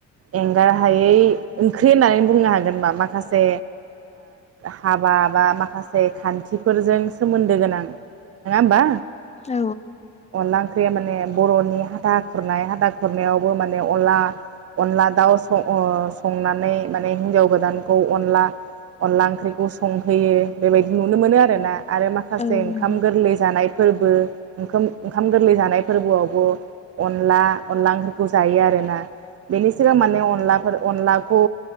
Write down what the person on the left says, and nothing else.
औ
औ
नंगौ